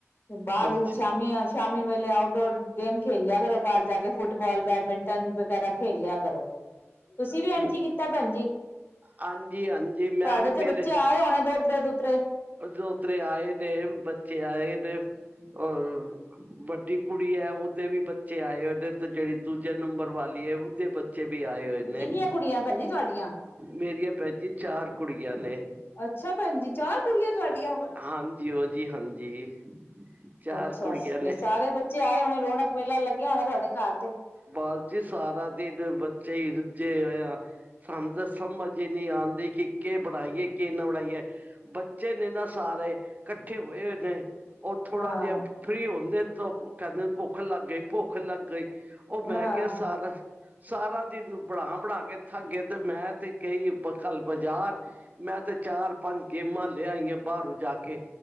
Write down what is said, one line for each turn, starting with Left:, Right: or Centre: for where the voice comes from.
Left: ਤ ਬਾਹਰ
Right: ਅੱਛਾ
Left: ਸ਼ਾਮੀ ਅਹ ਸ਼ਾਮੀ ਵੇਲੇ ਆਊਟਡੋਰ ਗੇਮ ਖੇਲ ਲਿਆ ਕਰੋ। ਬਾਹਰ ਜਾ ਕੇ ਫੁਟਬਾਲ, ਬੈਡਮਿੰ ਟੈਨਟ ਵਗ਼ੈਰਾ ਖੇਲ ਲਿਆ ਕਰੋਂ। ਤੁਸੀਂ ਵੀ
Right: ਠੀਕ
Left: ਐਝ ਈ ਕੀਤਾਂ ਭੈਣਜੀ।
Right: ਹਾਂਜੀ ਹਾਂਜੀ ਮੈਂ
Left: ਤਾਡੇ
Right: ਵੀ
Left: ਤੇ ਬੱਚੇ
Right: ਮੇਰੇ
Left: ਆਏਂ ਹੋਨੇ ਦੋਤ੍ਰੇ-ਦੂਤਰੇ।
Right: ਦੋਤਰੇ ਆਏ ਦੇ, ਬੱਚੇ ਆਏ ਦੇ‌ ਓ ਵੱਡੀ ਕੁੜੀ ਏ, ਉਹਦੇ ਵੀ ਬੱਚੇ ਆਏ‌ ਉਦੇ ਤੇ ਜਿਹੜੀ ਦੂਜੇ ਨੰਬਰ ਵਾਲ਼ੀ ਏ ਉਦੇ ਬੱਚੇ ਚੇ ਵੀ ਆਏ ਹੋਏ ਨੇ।
Left: ਕਿੰਨੀਆਂ ਕੁੜੀਆਂ ਭੈਣ ਜੀ ਤੁਹਾਡੀਆਂ
Right: ਮੇਰੀਆਂ ਭੈਣਜੀ ਚਾਰ ਕੁੜੀਆਂ ਨੇ
Left: ਅੱਛਾ, ਭੈਣਜੀ। ਚਾਰ ਕੁੜੀਆਂ ਤੁਹਾਡੀਆਂ
Right: ਹਾਂਜੀ ਓ ਜੀ ਹਾਂਜੀ ਚਾਰ
Left: ਅੱਛਾ‌।
Right: ਕੁੜੀਆਂ ਨੇ
Left: ਸਾਰੇ ਬੱਚੇ ਆਏ ਹੋਏ ਰੌਣਕ ਮੇਲਾ ਲੱਗਿਆ ਹੋਣਾ ਤੁਹਾਡੇ ਘਰ ਤੇ।
Right: ਬਸ ਜੀ, ਸਾਰਾ ਦਿਨ ਬੱਚੇ ਹੀ ਰੁਝੇ ਹੋਏ ਆ। ਸਾਨੂੰ ਤਾਂ ਸਮਝ ਈ ਨੀ ਆਂਦੀ ਕਿ ਕੇ ਬਣਾਈਏ, ਕੇ ਨਾ ਬਣਾਈਏ। ਬੱਚੇ ਨੇ ਨਾ ਸਾਰੇ ਕੱਠੇ ਹੋਏ ਹੋਏ ਨੇ। ੳ ਥੋੜਾਂ
Left: ਹਾਂ
Right: ਜਿਆ ਫਰੀ ਹੁੰਦੇ ਨੇਂ ਤੇ ੳ ਕੈਂਦੇ ਨੇ ਭੋਖ ਲੱਗ ਗਈਂ, ਭੋਖ ਲੱਗ ਗਈਂ। ੳ ਮੈਂ
Left: ਹਾਂ
Right: ਕਿਆ ਸਾਰਾਂ-ਸਾਰਾਂ ਦਿਨ ਬਣਾਂ ਬਣਾਂ ਕੇ ਥੱਕ ਗੇ ਤੇ ਮੈਂ ਤੇ ਕਈ ਬ ਕੱਲ ਬਜ਼ਾਰ, ਮੈਂ ਤੇ ਚਾਰ ਪੰਜ ਗੇਮਾਂ ਲੇ ਆਈਂ ਆ ਬਾਰੋਂ ਜਾਂ ਕੇ।